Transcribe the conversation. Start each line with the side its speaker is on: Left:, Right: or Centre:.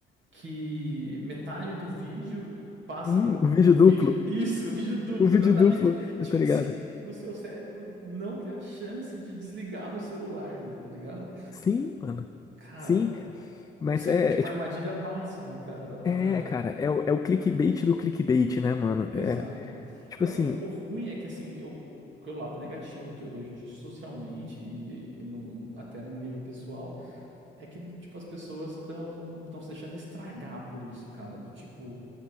Right: que metade do vídeo passa
Left: Hum,
Right: um-
Left: o
Right: o
Left: vídeo
Right: vídeo.
Left: duplo,
Right: <laughs> Isso, o vídeo duplo,
Left: o vídeo
Right: exatamente.
Left: duplo,
Right: <laughs>
Left: eu
Right: Tipo
Left: tô ligado.
Right: assim, pro seu cérebro não ter a chance de desligar do celular ali, tá ligado?
Left: Sim, mano.
Right: Cara,
Left: Sim, mas
Right: isso
Left: é,
Right: é da tipo
Left: é tipo,
Right: armadilha máxima, cara, da parada.
Left: é, cara, é, o- é o clickbait do clickbait, né, mano?
Right: Exato.
Left: É, tipo
Right: Não,
Left: assim,
Right: e o o ruim é que assim, eu. O que é o lado negativo que eu vejo disso socialmente e, e num- até num nível pessoal é que, tipo, as pessoas estão estão se deixando estragar por isso, cara. Do tipo,